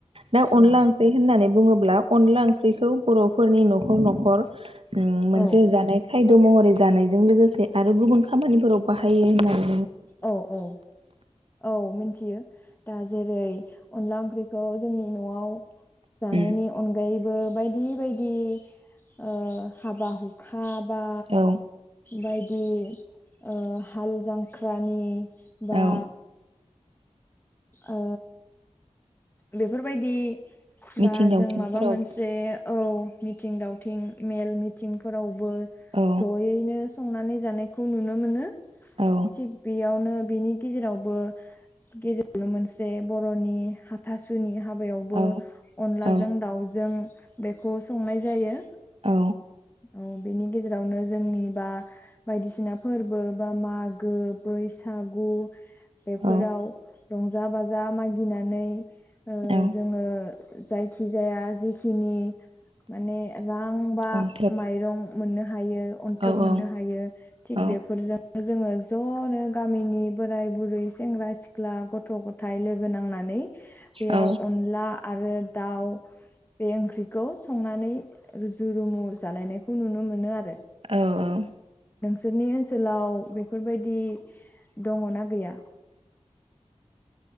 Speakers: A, on the right; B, on the left.
A: दा अनला
B: औ
A: ओंख्रि होननानै बुङो ब्ला अनला ओंख्रिखौ बर'फोरनि न'खर न'खर उम मोनसे
B: औ
A: जानाय खायद' महरै जानायजों लोगोसे आरो गुबुन खामानिफोराव बाहायो होननाय
B: औ औ। औ मिन्थियो दा जेरै अनला ओंख्रिखौ जोंनि न'आव
A: नामा?
B: जानायनि अनगायै बो बायदि बायदि ओ हाबा हुखा बा?
A: उम औ
B: बायदि ओ हाल जां ख्रानि बा
A: औ
B: ओ बेफोरबायदि
A: मिथिं
B: बा
A: दावथिंफोराव
B: जों माबा मोनसे औ मिथिं दावथिं मेल मिथिंफोराव बो
A: औ
B: ज'यैनो संनानै जानायखौ नुनो मोनो।
A: औ
B: थिग बेयावनो बेनि गेजेरावबो गेजे नो मोनसे बर'नि हाथासुनि हाबायावबो
A: औ
B: अनलाजों
A: औ
B: दाउजों बेखौ संनाय जायो।
A: औ।
B: औ बेनि गेजेरावनो जोंनि बा बायदिसिना फोरबो बा मागो, बैसागु। बेफोराव
A: औ
B: रंजा बाजा मागिनानै ओ
A: औ
B: जोङो जायखिजाया जिखिनि माने रां बा
A: अन्थोब
B: माइरं मोननो हायो अन्थोब
A: औ
B: मोननो
A: औ
B: हायो थिग
A: औ
B: बेफोरजों जोङो जनो गामिनि बोराय बुरै सेंग्रा सिख्ला सिख्ला गथ' गथाय लोगो नांनानै बेयाव
A: औ
B: अनला आरो दाउ बे ओंख्रिखौ संनानै रुजु रुमु जालायनायखौ नुनो मोनो आरो
A: औ औ
B: नोंथांनि ओनसोलाव बेफोरबायदि दङना गैया